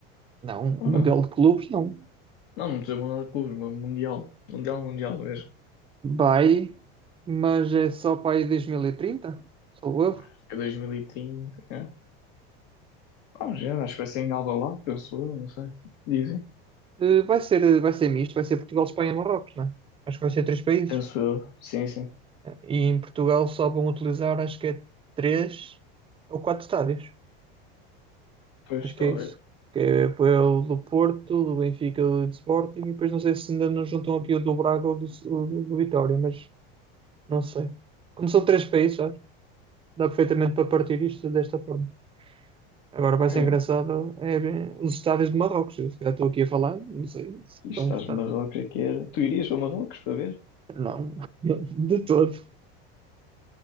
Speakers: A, on the right (about 20°); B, on the left (about 60°).
A: Não,
B: Ou
A: um Mundial
B: não?
A: de Clubes não.
B: Não, não estou Mundial de Clubes, mas Mundial. Mundial, Mundial mesmo.
A: Vai, mas é só para aí 2030, sou erro.
B: Acho que é 2030. É. Vamos ver, acho que vai ser em Alvalade, penso eu, não sei. Dizem.
A: Eh, Vai ser, vai ser misto, vai ser Portugal, Espanha e Marrocos, né? Acho que vai ser três países.
B: Penso eu. Sim, sim.
A: E em Portugal só vão utilizar, acho que é três ou quatro estádios.
B: Pois,
A: Acho que
B: talvez.
A: é isso. Que é o do Porto, do Benfica, do Sporting, e depois não sei se ainda nos juntam aqui o do Braga ou do, o do, do Vitória, mas não sei. Como são três países, sabe? Dá perfeitamente para partir isto desta forma. Agora
B: Ah,
A: vai ser
B: é.
A: engraçado é ver os estádios de Marrocos. Eu se calhar estou aqui a falar, não sei se estão
B: Isto
A: prestados.
B: estás no Marrocos aqui era. Tu irias para Marrocos para ver?
A: Não, <laughs> de todo.